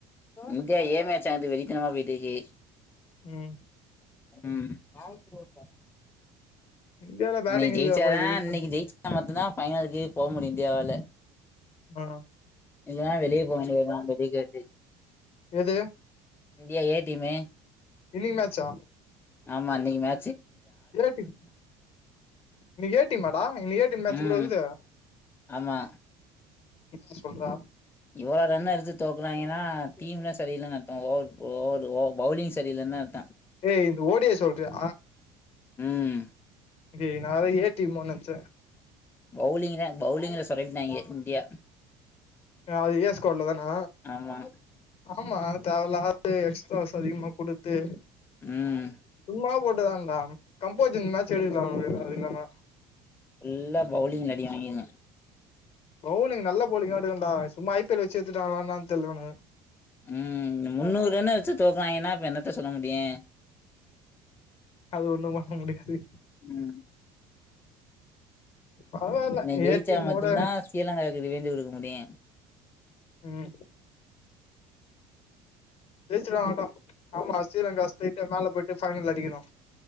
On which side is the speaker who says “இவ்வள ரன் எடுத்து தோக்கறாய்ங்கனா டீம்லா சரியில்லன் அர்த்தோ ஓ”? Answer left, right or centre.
Left